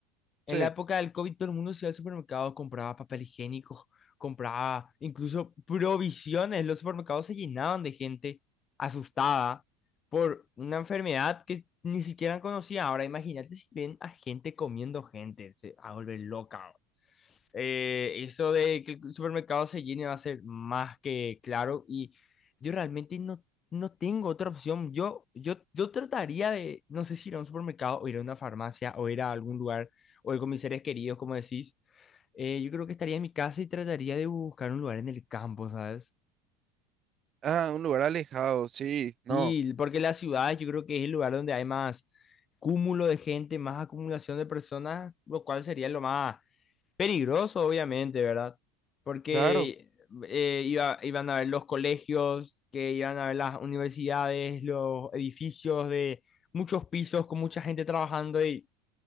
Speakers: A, on the left (about 35°); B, on the right (about 40°).
A: En
B: Sí.
A: la época del COVID todo el mundo se iba al supermercado, compraba papel higiénico, compraba incluso provisiones. Los supermercados se llenaban de gente asustada por una enfermedad que ni siquiera conocía. Ahora imagínate si ven a gente comiendo gente, se va a volver loca. Eh, eso de que el supermercado se llene va a ser más que claro y yo realmente no, no tengo otra opción. Yo, yo, yo trataría de, no sé si ir a un supermercado o ir a una farmacia o ir a algún lugar o ir con mis seres queridos, como decís. Eh, yo creo que estaría en mi casa y trataría de buscar un lugar en el campo, ¿sabes?
B: Ah, un lugar alejado, sí,
A: Sí,
B: no,
A: porque la ciudad yo creo que es el lugar donde hay más cúmulo de gente, más acumulación de personas, lo cual sería lo más Peligroso, obviamente, ¿verdad? Porque
B: claro.
A: eh, iba- iban a ver los colegios, que iban a ver las universidades, los edificios de muchos pisos con mucha gente trabajando y